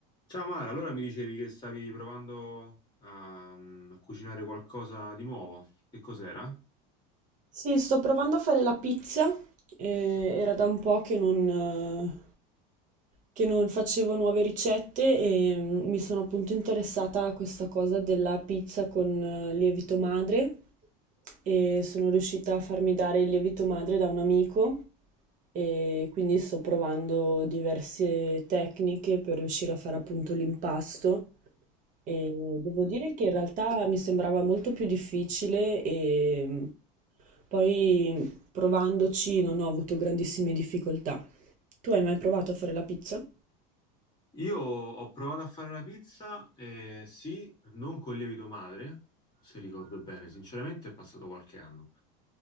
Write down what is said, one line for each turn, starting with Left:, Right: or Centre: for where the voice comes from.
Left: Ciao Mara, allora mi dicevi che stavi provando a, a cucinare qualcosa di nuovo. Che cos'era?
Right: Sì, sto provando a fare la pizza. eh, era da un po' che non, eh, che non facevo nuove ricette e mm, mi sono appunto interessata a questa cosa della pizza con eh, lievito madre e sono riuscita a farmi dare il lievito madre da un amico e quindi sto provando diverse tecniche per riuscire a fare appunto l'impasto e devo dire che in realtà mi sembrava molto più difficile e mm, poi provandoci non ho avuto grandissime difficoltà. Tu hai mai provato a fare la pizza?
Left: Io ho provato a fare la pizza, eh, sì, non col lievito madre, se ricordo bene, sinceramente è passato qualche anno.